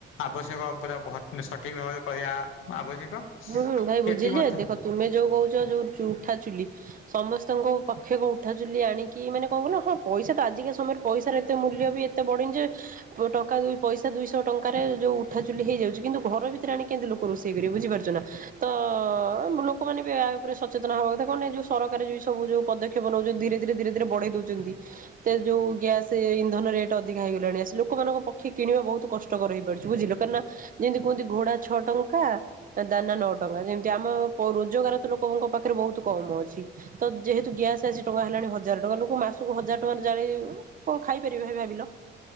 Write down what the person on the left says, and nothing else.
ଆବଶ୍ୟକ ପୂରା ସଠିକ ଭାବରେ କରିବା ଆବଶ୍ୟକ।
ଏତିକି ମତେ